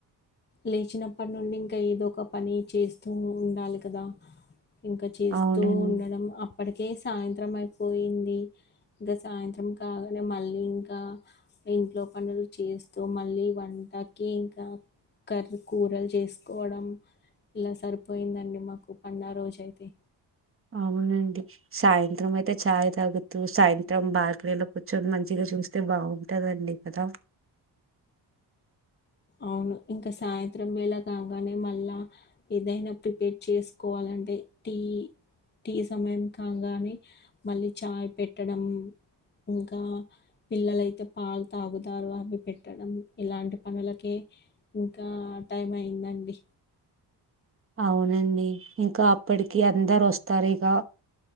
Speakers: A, on the left (about 25°); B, on the right (about 30°).
A: లేచినప్పటి నుండి ఇంకా ఏదో ఒక పని చేస్తూ ఉండాలి కదా ఇంకా చేస్తూ
B: అవునండి
A: ఉండడం అప్పటికే సాయంత్రం అయిపోయింది ఇంకా సాయంత్రం కాగానే మళ్ళీ ఇంకా ఇంట్లో పనులు చేస్తూ మళ్ళీ వంటకి ఇంకా కర్రి కూరలు చేసుకోవడం ఇలా సరిపోయిందండి మాకు పండుగా రోజు ఐతే
B: అవునండి సాయంత్రం అయితే చాయ్ తాగుతూ సాయంత్రం బాల్కనీ లో కూర్చొని మంచిగా చూస్తే బాగుంటదండి కదా
A: అవును ఇంకా సాయంత్రం వేళ కాగానే మళ్ళా ఏదైనా ప్రిపేర్ చేసుకోవాలంటే టీ టీ సమయం కాగానే మళ్ళీ చాయ్ పెట్టడం ఇంకా పిల్లలైతే పాలు తాగుతారు అవి పెట్టడం ఇలాంటి పనుల ఓకే ఇంకా టైం అయిందండి
B: అవునండి ఇంకా అప్పటికి అందరు వస్తారు ఇక